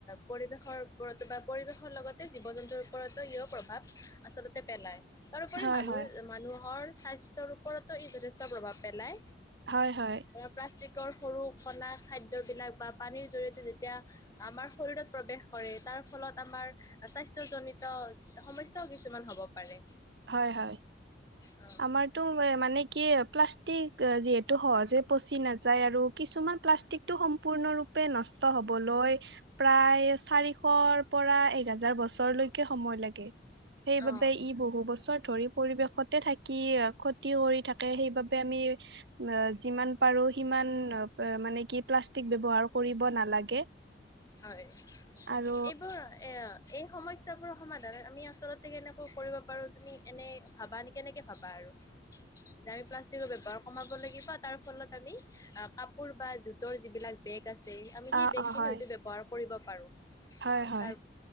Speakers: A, on the left; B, on the right.
A: পৰিৱেশৰ ওপৰতো বা পৰিৱেশৰ লগতে জীৱ জন্তুৰ ওপৰতো ইয়ো প্ৰভাৱ আচলতে পেলায় তাৰোপৰি
B: হয়
A: মানুহ
B: হয়।
A: মানুহৰ স্বাস্থ ওপৰতো ই যথেষ্ট প্ৰভাৱ পেলায়।
B: হয় হয়
A: অব প্লাষ্টিকৰ সৰু কলা খাদ্যয়বিলাক পানীৰ জৰিয়তে যেতিয়া আমাৰ শৰীৰত প্ৰৱেশ কৰে তাৰ ফলত আমাৰ স্বাস্থ্যজনিত সমস্যাও কিছুমান হ'ব পাৰে।
B: হয়, হয়
A: অ
B: আমাৰতো মানে কি প্লাষ্টিক যিহেতু টো সহজে পচি নাযায় আৰু কিছুমান প্লাষ্টিক টো সম্পূৰ্ণ ৰূপে নষ্ট হ'বলৈ প্ৰায় চাৰিশৰ পৰা এক হাজাৰ বছৰলৈকে সময় লাগে সেই
A: অ
B: বাবে ই বহু বস্তু পৰিৱেশত থাকি ক্ষতি কৰি থাকে সেইবাবে আমি যিমান পাৰো সিমানে কি প্লাষ্টিক ব্যৱহাৰ কৰিব নালাগে।
A: হয়।
B: আৰু
A: এইবোৰ এ এই সমস্যাবোৰৰ সমাধান আমি আচলতে কেনেকৈ কৰিব পাৰো তুমি এনে ভাবা নি কেনেকে ভাবা আৰু <unintelligible> যে আমি প্লাষ্টিকৰ ব্যৱহাৰ কমাব লাগিব তাৰ ফলত আমি কাপোৰ বা জোতৰ যিবিলাক বেগ আছে সআমি সেই
B: অ
A: বেগখিনি
B: অ হয়
A: হয়তো ব্যৱহাৰ কৰিব পাৰোঁ
B: হয় হয়
A: তাৰপ